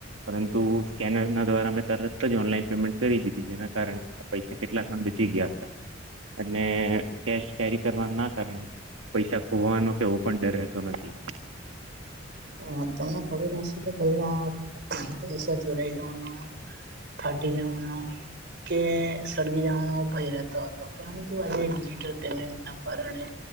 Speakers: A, on the right; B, on the right.
A: પરંતુ સ્કેનર ના દ્વારા મેં તરત જ ઓનલાન પેમેન્ટ કરી દીધી જેના કારણે પૈસા કેટલા ખંડ બચી ગયા અને કેશ કેરી કરવા ના કારણે પૈસા ખોવાનો કેવો પણ ડર રહેતો નથી
B: હ તમને ખબર હશે તો પલા પૈસા ચોરાઈ જવાનો ફાટી જવાના કે સળગી જવાનો ભય રહેતો હતો પરંતુ આજે ડિજટલ પેમેન્ટ ના કારણે